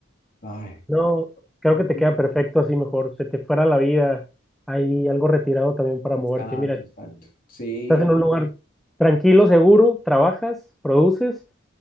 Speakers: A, on the left (about 45°); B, in the centre.
A: Ay.
B: No, creo
A: Ujú.
B: que te queda perfecto así mejor. Se te fuera la vida, hay algo retirado también para
A: Exacto,
B: moverte. Mira,
A: exacto. Sí,
B: estás en un lugar tranquilo, seguro, trabajas, produces